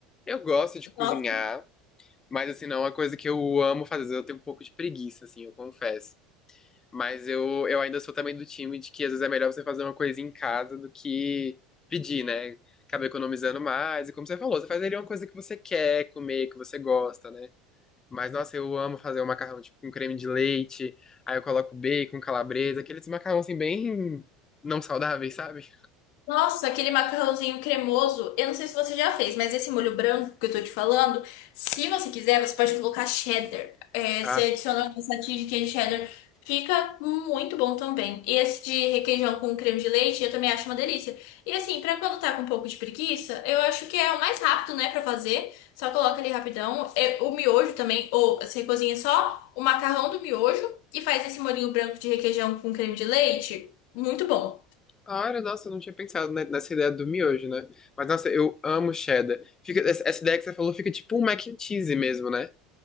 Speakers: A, on the left; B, on the left.
A: Eu gosto de cozinhar,
B: Nossa.
A: mas assim, não é uma coisa que eu amo fazer. Às vezes eu tenho um pouco de preguiça, assim, eu confesso. Mas eu, eu ainda sou também do time de que às vezes é melhor você fazer uma coisa em casa do que pedir, né? Acaba economizando mais. E como você falou, você faz ali uma coisa que você quer comer, que você gosta, né? Mas, nossa, eu amo fazer um macarrão, tipo, com creme de leite. Aí eu coloco bacon, calabresa, aqueles macarrão, assim, bem não saudáveis, sabe?
B: Nossa, aquele macarrãozinho cremoso. Eu não sei se você já fez, mas esse molho branco que eu tô te falando, se você quiser, você pode colocar cheddar. É,
A: Ah,
B: você adiciona algumas fatias de queijo cheddar. Fica muito bom também. E esse de requeijão com creme de leite, eu também acho uma delícia. E assim, pra quando tá com um pouco de preguiça, eu acho que é o mais rápido, né, pra fazer. Só coloca ali rapidão. É, o miojo também, ou você cozinha só o macarrão do miojo e faz esse molhinho branco de requeijão com creme de leite. Muito bom.
A: Claro, nossa, eu não tinha pensado ne- nessa ideia do miojo, né? Mas, nossa, eu amo cheddar. Fica, essa essa ideia que você falou fica tipo um mac and cheese mesmo, né?